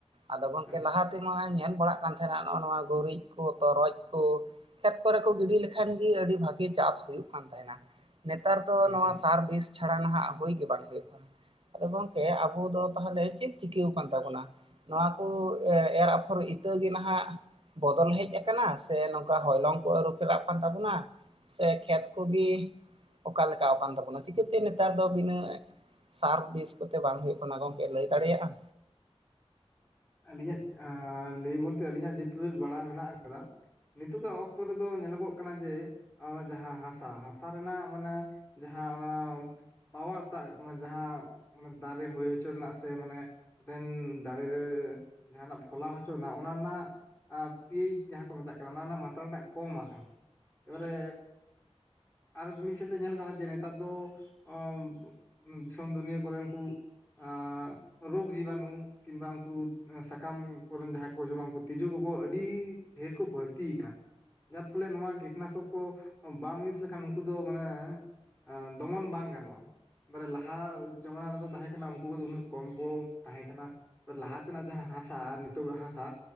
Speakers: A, on the right; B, on the left.
A: ᱟᱫᱚ ᱜᱚᱝᱠᱮ
B: ᱟᱪᱪᱷᱟ
A: ᱞᱟᱦᱟ ᱛᱮᱢᱟᱧ ᱧᱮᱞ ᱵᱟᱲᱟᱜ ᱠᱟᱱ ᱛᱟᱦᱮᱱᱟ ᱱᱚᱜᱼᱚ ᱱᱚᱣᱟ ᱜᱳᱨᱤᱡᱽ ᱠᱚ, ᱛᱚᱨᱚᱡ ᱠᱳ᱾ ᱠᱷᱮᱛ ᱠᱚᱨᱮ ᱠᱚ ᱜᱤᱰᱤ ᱞᱮᱠᱷᱟᱱ ᱜᱮ ᱟᱹᱰᱤ ᱵᱷᱟᱜᱮ ᱪᱟᱥ ᱦᱩᱭᱩᱜ ᱠᱟᱱ ᱛᱟᱦᱮᱸᱱᱟ᱾ ᱱᱮᱛᱟᱨ ᱫᱚ
B: ᱟᱪᱪᱷᱟ
A: ᱱᱚᱣᱟ ᱥᱟᱨ ᱵᱤᱥ ᱪᱷᱟᱲᱟ ᱱᱟᱦᱟᱜ ᱦᱩᱭ ᱜᱮ ᱵᱟᱝ ᱦᱩᱭᱩᱜ ᱠᱟᱱᱟ᱾ ᱟᱫᱚ ᱜᱚᱝᱠᱮ ᱟᱵᱚ ᱫᱚ ᱛᱟᱦᱞᱮ ᱪᱮᱫ ᱪᱤᱠᱟᱹᱣ ᱟᱠᱟᱱ ᱛᱟᱵᱚᱱᱟ? ᱱᱚᱣᱟ ᱠᱚ ᱮᱨ ᱮᱨ ᱟᱯᱷᱚᱨ ᱤᱛᱟᱹ ᱜᱮ ᱱᱟᱦᱟᱜ ᱵᱚᱫᱚᱞ ᱦᱮᱡᱽ ᱟᱠᱟᱱᱟ ᱥᱮ ᱱᱚᱝᱠᱟ ᱦᱚᱭᱞᱚᱝ ᱠᱚ ᱟᱹᱨᱩᱯᱷᱮᱨᱟᱜ ᱠᱟᱱ ᱛᱟᱵᱚᱱᱟ? ᱥᱮ ᱠᱷᱮᱛ ᱠᱚᱜᱮ, ᱚᱠᱟᱞᱮᱠᱟᱣ ᱟᱠᱟᱱ ᱛᱟᱵᱳᱱᱟ ᱪᱤᱠᱟᱹᱛᱮ ᱱᱮᱛᱟᱨ ᱫᱚ ᱵᱷᱤᱱᱟᱹ ᱥᱟᱨ ᱵᱤᱥ ᱠᱚᱛᱮ ᱵᱟᱝ ᱦᱩᱭᱩᱜ ᱠᱟᱱᱟ ᱜᱚᱢᱠᱮ ᱞᱟᱹᱭ ᱫᱟᱲᱮᱭᱟᱜᱼᱟᱢ?
B: ᱟᱹᱞᱤᱧᱟᱜ ᱟᱻ ᱞᱟᱹᱭ ᱵᱚᱞᱛᱮ ᱟᱹᱞᱤᱧᱟᱜ ᱡᱮᱴᱨᱩᱛ ᱵᱟᱲᱟᱭ ᱢᱮᱱᱟᱜ ᱟᱠᱟᱫᱟ᱾ ᱱᱤᱛᱚᱜᱟᱜ ᱚᱠᱛᱚ ᱨᱮᱫᱚ ᱧᱮᱞᱚᱜᱚᱜ ᱠᱟᱱᱟ ᱡᱮ, ᱚᱱᱟ ᱡᱟᱦᱟᱸ ᱦᱟᱸᱥᱟ ᱦᱟᱸᱥᱟ ᱨᱮᱱᱟᱜ ᱢᱟᱱᱮ ᱡᱟᱦᱟᱸ ᱚᱱᱟ ᱯᱟᱣᱟᱨ ᱴᱟᱜ ᱢᱟᱱᱮ ᱡᱟᱦᱟᱸ ᱢᱟᱱᱮ ᱫᱟᱨᱮ ᱦᱳᱭ ᱦᱚᱪᱚ ᱨᱮᱱᱟᱜ ᱥᱮ ᱢᱟᱱᱮ ᱢᱤᱫᱴᱮᱱ ᱫᱟᱨᱮ ᱨᱮ, ᱡᱟᱦᱟᱸᱱᱟᱜ ᱯᱷᱚᱞᱟᱣ ᱦᱚᱪᱚ ᱨᱮᱱᱟ ᱚᱱᱟ ᱨᱮᱱᱟᱜ ᱟ ᱯᱤᱭᱤᱪ ᱡᱟᱦᱟᱸ ᱠᱚ ᱢᱮᱛᱟᱜ ᱠᱟᱱᱟ ᱚᱱᱟ ᱨᱮᱱᱟᱜ ᱢᱟᱛᱨᱟᱴᱟᱜ ᱠᱚᱢ ᱟᱠᱟᱱᱟ᱾ ᱮᱵᱟᱨᱮ ᱟᱨ ᱢᱤᱫ ᱥᱮᱫ ᱛᱮ ᱧᱮᱞ ᱜᱟᱱᱚᱜ-ᱟ ᱡᱮ ᱱᱮᱛᱟᱨ ᱫᱚ, ᱚᱻ ᱫᱤᱥᱚᱢ ᱫᱩᱱᱤᱭᱟᱹ ᱠᱚᱨᱮ ᱩᱱᱠᱩ ᱟᱻ ᱨᱳᱜᱽ ᱡᱤᱵᱟᱱᱩ ᱠᱤᱱᱵᱟ ᱩᱱᱠᱩ᱾ ᱥᱟᱠᱟᱢ ᱠᱚᱨᱮᱱ ᱡᱟᱦᱟᱸᱭ ᱠᱚ ᱡᱚᱢᱟ ᱩᱱᱠᱩ ᱛᱤᱡᱩ ᱠᱚᱠᱚ ᱟᱹᱰᱤ ᱰᱷᱮᱨ ᱠᱚ ᱵᱟᱹᱲᱛᱤᱭ ᱟᱠᱟᱱᱟ᱾ ᱡᱟᱨ ᱯᱷᱚᱞᱮ ᱱᱚᱣᱟ ᱠᱤᱴᱱᱟᱥᱚᱠ ᱠᱚ, ᱵᱟᱢ ᱤᱭᱩᱡᱽ ᱞᱮᱠᱷᱟᱱ ᱩᱱᱠᱩ ᱫᱚ ᱢᱟᱱᱮ ᱮ ᱫᱚᱢᱚᱱ ᱵᱟᱝ ᱜᱟᱱᱚᱜᱼᱟ, ᱢᱟᱱᱮ ᱞᱟᱦᱟ ᱡᱚᱢᱟᱱᱟ ᱨᱮᱫᱚ ᱛᱟᱦᱮᱸ ᱠᱟᱱᱟ ᱩᱱᱠᱩ ᱠᱚᱫᱚ ᱩᱱᱟᱹᱜ ᱠᱚᱢ ᱠᱚ, ᱛᱟᱦᱮᱸ ᱠᱟᱱᱟ ᱞᱟᱦᱟ ᱛᱮᱱᱟᱜ ᱡᱟᱦᱟᱸ ᱦᱟᱸᱥᱟ ᱱᱤᱛᱩᱜᱟ ᱦᱟᱸᱥᱟ,